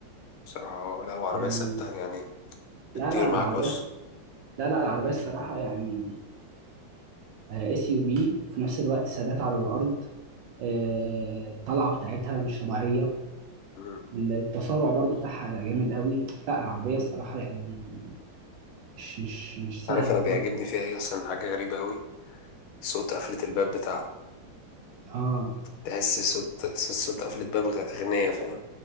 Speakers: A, on the left (about 80°); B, on the right (about 70°).
A: بصراحة لا وعربية
B: يعني
A: ثابتة يعني بتطير
B: لا لا
A: معاك
B: العربية
A: اصلا
B: لا لا العربية الصراحة يعني اس يو في في نفس الوقت ثبات على الأرض آه، الطلعة بتاعتها مش طبيعية
A: مم.
B: التسارع برضو بتاعها جامد قوي لا العربية الصراحة يعني مش مش مش سهل
A: عارف انا
B: خالص
A: بيعجبني فيها ايه اصلا حاجة غريبة قوي صوت قفلة الباب بتاعها
B: اه
A: تحس صوت صوت, صوت قفلة باب غ- غنية فاهم